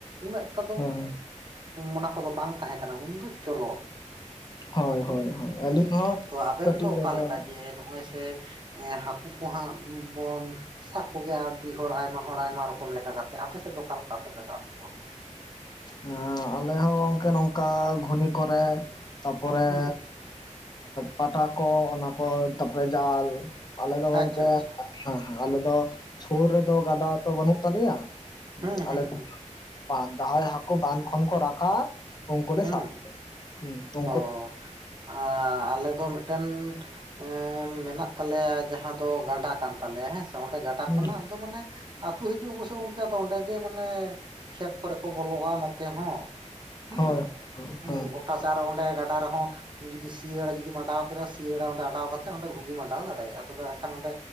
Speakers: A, on the right; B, on the left.
A: ᱩᱱᱟᱹᱜ ᱮᱠᱴᱟ ᱫᱚ
B: ᱦᱳᱭ
A: ᱚᱱᱟ ᱠᱚᱫᱚ ᱵᱟᱝ ᱛᱟᱦᱮᱸ ᱠᱟᱱᱟ ᱩᱱᱫᱚ ᱪᱚᱞᱚ
B: ᱦᱳᱭ
A: ᱦᱮᱸ
B: ᱦᱳᱭ ᱦᱳᱭ
A: ᱦᱮᱸ
B: ᱟᱹᱞᱤᱧ ᱦᱚᱸ
A: ᱛᱚ ᱟᱵᱮᱱ
B: ᱠᱟᱹᱴᱤᱡ
A: ᱫᱚ ᱚᱠᱟ
B: ᱨᱮᱫᱚ
A: ᱞᱮᱠᱟ ᱡᱮ ᱱᱚᱜᱼᱚᱭ ᱥᱮ ᱦᱮᱸ ᱦᱟᱹᱠᱩ ᱠᱚ ᱦᱟᱜ ᱵᱚᱱ ᱥᱟᱵ ᱠᱚᱜᱮᱭᱟ ᱟᱹᱰᱤ ᱦᱚᱲ ᱟᱭᱢᱟ ᱦᱚᱲ ᱟᱭᱢᱟ ᱨᱚᱠᱚᱢ ᱞᱮᱠᱟ ᱠᱟᱛᱮᱜ ᱟᱯᱮ ᱥᱮᱫ ᱫᱚ ᱚᱠᱟ ᱠᱟᱛᱮᱜ ᱯᱮ ᱥᱟᱵ ᱠᱚᱣᱟ
B: ᱮᱸ ᱟᱞᱮ ᱦᱚᱸ ᱜᱚᱝᱠᱮ ᱱᱚᱝᱠᱟ ᱜᱷᱩᱱᱤ ᱠᱚᱨᱮ ᱛᱟᱯᱚᱨᱮ
A: ᱦᱩᱸ
B: ᱯᱟᱴᱟ ᱠᱚ ᱚᱱᱟ ᱠᱚ ᱛᱟᱯᱚᱨᱮ ᱡᱟᱞ ᱟᱞᱮ ᱫᱚ ᱜᱚᱝᱠᱮ
A: ᱟᱪᱪᱷᱟ ᱟᱪᱪᱷᱟ
B: ᱦᱮᱸ ᱦᱮᱸ ᱟᱞᱮ ᱫᱚ ᱥᱩᱨ ᱨᱮᱫᱚ ᱜᱟᱰᱟ ᱛᱚ ᱵᱟᱹᱱᱩᱜ ᱛᱟᱞᱮᱭᱟ
A: ᱦᱩᱸ
B: ᱟᱞᱮ
A: ᱦᱩᱸ
B: ᱫᱚ
A: ᱦᱩᱸ
B: ᱡᱟᱦᱟᱸᱭ ᱦᱟᱠᱳ ᱵᱟᱸᱫᱷ ᱠᱷᱚᱱ ᱠᱚ ᱨᱟᱠᱟᱜᱼᱟ ᱩᱱᱠᱩ ᱞᱮ
A: ᱦᱩᱸ
B: ᱥᱟᱵ ᱠᱚᱣᱟ
A: ᱚ ᱟ ᱟᱞᱮ ᱫᱚ ᱢᱮᱫᱴᱮᱱ ᱮᱸ ᱢᱮᱱᱟᱜ ᱛᱟᱞᱮᱭᱟ ᱡᱟᱦᱟᱸ ᱫᱚ ᱜᱟᱰᱟ ᱠᱟᱱ ᱛᱟᱞᱮᱭᱟ ᱦᱮᱸ ᱥᱮ ᱚᱸᱰᱮ ᱜᱟᱰᱟ
B: ᱦᱩᱸ
A: ᱠᱷᱚᱱᱟᱜ ᱫᱚ ᱢᱟᱱᱮ ᱟᱹᱛᱩ ᱦᱤᱡᱩᱜ ᱟᱠᱚᱥᱮ ᱜᱚᱝᱠᱮ ᱟᱫᱚ ᱚᱸᱰᱮ ᱜᱮ ᱢᱟᱱᱮ ᱠᱷᱮᱛ ᱠᱚᱨᱮ ᱠᱚ ᱵᱚᱞᱚᱜᱼᱟ ᱱᱚᱛᱮ ᱦᱚᱸ ᱦᱮᱸ
B: ᱦᱳᱭ ᱦᱳᱭ
A: ᱦᱮᱸ
B: ᱦᱳᱭ
A: ᱜᱚᱴᱟ ᱥᱮᱜ ᱟᱨᱚ ᱚᱸᱰᱮ ᱜᱟᱰᱟ ᱨᱮᱦᱚᱸ ᱡᱩᱫᱤ ᱥᱤᱭᱟᱹᱲᱟ ᱡᱩᱫᱤᱢ ᱚᱰᱟᱣ ᱠᱮᱫᱟ ᱥᱤᱭᱟᱲᱟ ᱚᱸᱰᱮ ᱚᱰᱟᱣ ᱠᱟᱛᱮ ᱚᱸᱰᱮ ᱜᱷᱩᱜᱤᱢ ᱚᱰᱟᱣ ᱫᱟᱲᱮᱭᱟᱜᱼᱟ ᱛᱚᱵᱮ ᱟᱠᱷᱟᱱ ᱚᱸᱰᱮ